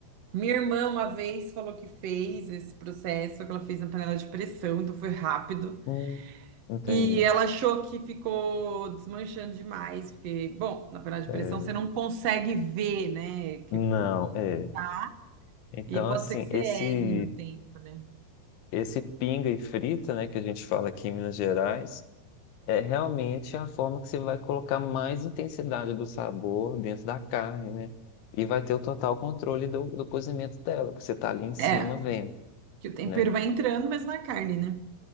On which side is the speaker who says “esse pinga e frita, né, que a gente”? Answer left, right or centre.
Left